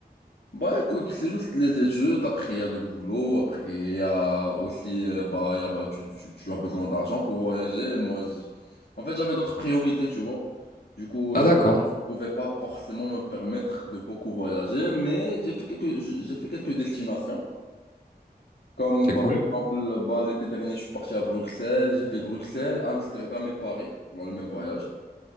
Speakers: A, on the left (about 70°); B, on the left (about 60°).
A: Bah écoute, c'est juste les études. Après, il y a le boulot. Après, il y a aussi, euh, bah, il y a, bah, tu, tu, tu as besoin d'argent pour voyager. Moi, je- en fait, j'avais d'autres priorités, tu vois. Du coup,
B: Ah
A: j'ai
B: d'accord,
A: pouvais pas forcément me permettre de beaucoup voyager, mais j'ai fait quelques, j'ai fait quelques destinations. Comme
B: c'est
A: par
B: cool,
A: exemple, bah, l'été dernier, je suis parti à Bruxelles, j'ai fait Bruxelles, Amsterdam et Paris dans le même voyage.